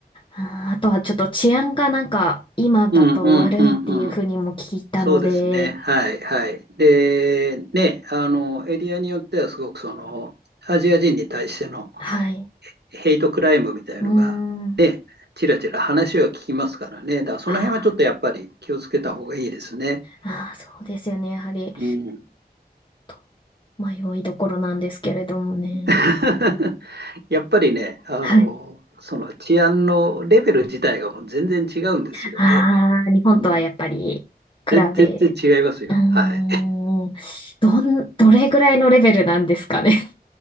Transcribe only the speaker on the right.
うんうんうんうん。そうですね。はいはい。で、ね、あの、エリアによってはすごくその、アジア人に対しての
ヘイトクライムみたいのが、
ね、ちらちら話は聞きますからね。だからその辺はちょっとやっぱり気をつけた方がいいですね。
うん。
<laughs> やっぱりね、あの、
その治安のレベル自体がもう全然違うんですよね。
うん、全然違いますよ。
はい。